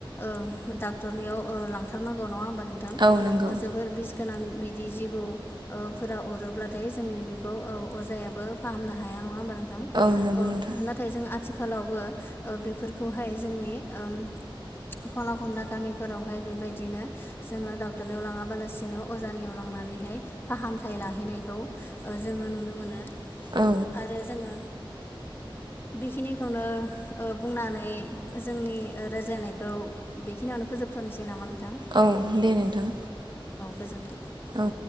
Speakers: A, on the left; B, on the right.
A: ओ डाट रनियाव ओ लांथारनांगौ नङा होमबा नोंथां ओ
B: औ नंगौ
A: जोबोर बिस गोनां बिदि जिबौ ओ फोरा अरोब्लाथाय जोंनि बेखौ औ अजायाबो फाहामनो हाया नङा होमबा नों थां
B: नंगौ
A: औ
B: नोंथां
A: नाथाय जों आथिखालावबो ओ बेफोरखौहाय जोंनि ओम खना खनला गामिफोरावहाय बेबायदिनो जोङो डक्टरनाव लाङाबालासिनो अजानियाव लांनानैहाय फाहामथाय लाहैनायखौ जोङो ओ नुनो मोनो।
B: औ
A: आरो जोङो बेखिनिखौनो ओ बुंनानै जोंनि रायज्लायनायखौ बेखिनियावनो फो फोजोबथारनोसै नामा नों
B: औ दे नोंथां
A: गोजोन्थों।
B: औ।